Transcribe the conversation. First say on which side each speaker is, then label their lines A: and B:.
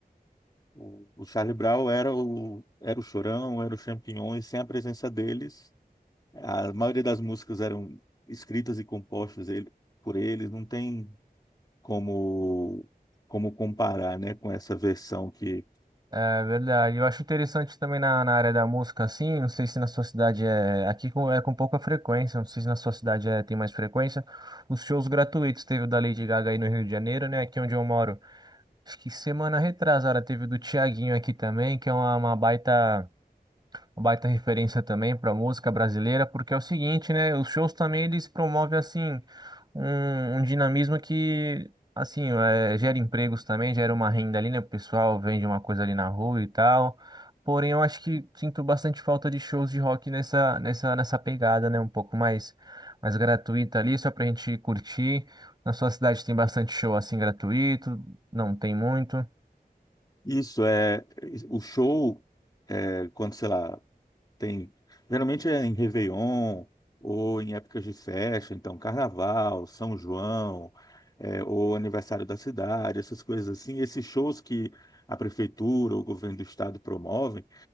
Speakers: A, on the left; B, on the right.
A: O, o Charlie Brown era o, era o Chorão, era o Champignon, e sem a presença deles, a maioria das músicas eram escritas e compostas ele, por eles, não tem como, como comparar, né, com essa versão que...
B: É verdade. Eu acho interessante também na, na área da música, assim, não sei se na sua cidade é. Aqui com, é com pouca frequência, não sei se na sua cidade é, tem mais frequência. Os shows gratuitos teve o da Lady Gaga aí no Rio de Janeiro, né? Aqui onde eu moro. Acho que semana retrasada teve o do Thiaguinho aqui também, que é uma, uma baita. uma baita referência também para música brasileira, porque é o seguinte, né? Os shows também eles promovem assim um, um dinamismo que assim é, gera empregos também, gera uma renda ali, né? O pessoal vende uma coisa ali na rua e tal. Porém, eu acho que sinto bastante falta de shows de rock nessa nessa nessa pegada, né? Um pouco mais mais gratuita ali, só pra gente curtir. Na sua cidade tem bastante show assim gratuito? Não tem muito.
A: Isso é... O show, é, quando, sei lá, Tem, geralmente é em Réveillon ou em épocas de festa, então Carnaval, São João, é, ou aniversário da cidade, essas coisas assim. Esses shows que a prefeitura ou o governo do estado promovem